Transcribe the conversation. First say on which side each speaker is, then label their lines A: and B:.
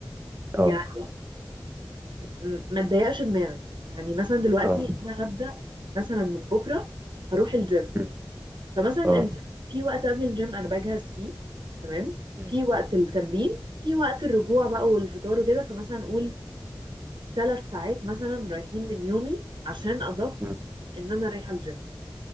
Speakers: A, on the right (about 70°); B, on the right (about 30°).
A: يعني
B: أه
A: م- ما تضيقش دماغك يعني مثلا دلوقتي
B: أه
A: انا هبدأ مثلا من بكرة هروح الجيم
B: مم.
A: فمثلا الجيم
B: أه
A: في وقت قبل الجيم انا بجهز فيه تمام
B: مم.
A: في وقت التمرين في وقت الرجوع بقى والفطار وكده فمثلا نقول ثلاث ساعات مثلا رايحين من يومي عشان اضفت
B: مم.
A: ان انا رايحة الجيم